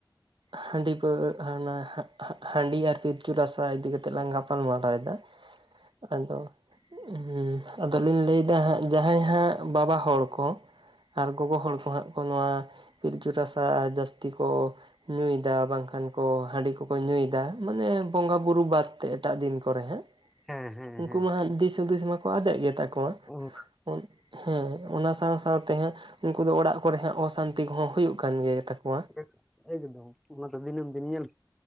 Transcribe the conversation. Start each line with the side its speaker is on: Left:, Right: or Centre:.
Right: ᱦᱟᱺᱰᱤ ᱯᱟᱹᱣ ᱦᱟᱱᱟ ᱦᱟ-ᱦᱟ-ᱦᱟᱺᱰᱤ ᱟᱨ ᱯᱤᱞᱪᱩ ᱨᱟᱥᱟ ᱤᱫᱤ ᱠᱟᱛᱮᱜ ᱞᱟᱝ ᱜᱟᱯᱟᱞ ᱢᱟᱨᱟᱣᱮᱫᱟ ᱾ ᱟᱫᱚ ᱦᱩᱸ, ᱟᱫᱚᱞᱤᱧ ᱞᱟᱹᱭᱫᱟ ᱦᱟᱸᱜ ᱡᱟᱦᱟᱸᱭ ᱦᱟᱸᱜ ᱵᱟᱵᱟ ᱦᱚᱲ ᱠᱚ, ᱟᱨ ᱜᱚᱜᱚ ᱦᱚᱲ ᱠᱚ ᱦᱟᱸᱜ ᱠᱚ ᱱᱚᱣᱟ ᱯᱤᱞᱪᱩ ᱨᱟᱥᱟ ᱡᱟᱹᱥᱛᱤ ᱠᱚ ᱧᱩᱭᱫᱟ ᱵᱟᱝᱠᱷᱟᱱ ᱠᱚ ᱦᱟᱺᱰᱤ ᱠᱚᱠᱚ ᱧᱩᱭᱫᱟ ᱢᱟᱱᱮ ᱵᱚᱸᱜᱟ ᱵᱩᱨᱩ ᱵᱟᱫ ᱛᱮ ᱮᱴᱟᱜ ᱫᱤᱱ ᱠᱚᱨᱮ ᱦᱟᱸᱜ ᱾
Centre: ᱦᱮᱸ ᱦᱮᱸ
Right: ᱩᱝᱠᱩ
Centre: ᱦᱮᱸ
Right: ᱢᱟ ᱦᱟᱸᱜ ᱫᱤᱥ ᱦᱩᱫᱤᱥ ᱢᱟᱠᱚ ᱟᱫᱮᱜ ᱜᱮᱛᱟ ᱠᱚᱣᱟ ᱾
Centre: ᱚ ᱾
Right: ᱚᱱ ᱦᱮᱸ, ᱚᱱᱟ ᱥᱟᱸᱶ ᱥᱟᱶᱛᱮ ᱦᱟᱜ ᱩᱝᱠᱩ ᱫᱚ ᱚᱲᱟᱜ ᱠᱚᱨᱮ ᱦᱟᱸᱜ ᱚᱥᱟᱱᱛᱤ ᱠᱚᱦᱚᱸ ᱦᱩᱭᱩᱜ ᱠᱟᱱ ᱜᱮᱛᱟ ᱠᱚᱣᱟ᱾
Centre: ᱜᱮ ᱮᱠᱫᱚᱢ ᱚᱱᱟ ᱫᱚ ᱫᱤᱱᱟᱹᱢ ᱫᱤᱱ ᱧᱮᱞ